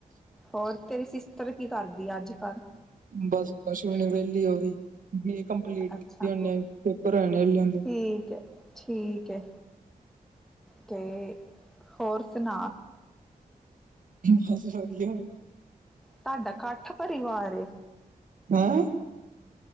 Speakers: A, in the centre; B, on the right (about 65°).
A: ਹੋਰ, ਤੇਰੀ ਸਿਸਟਰ, ਕੀ ਕਰਦੀ ਆ। ਅੱਜ ਕੱਲ।
B: ਬਸ ਕੁਸ਼ ਵੀ ਣੀ, ਵਿਹਲੀ ਉਹ ਵੀ। ਬੀਏ, ਕੰਪਲੀਟ
A: ਅੱਛਾ
B: ਕੀਤੀ ਉਨੇ। ਪੇਪਰ ਹੋਏ ਨੇ, ਹਲੇ ਹੁੰਦੇ।
A: ਠੀਕ ਹੈ, ਠੀਕ ਹੈ। ਤੇ ਹੋਰ ਸੁਣਾ?
B: ਬਸ ਵਧੀਆ।
A: ਤੁਹਾਡਾ, ਇਕੱਠ ਪਰਿਵਾਰ ਏ।
B: ਹੈਂ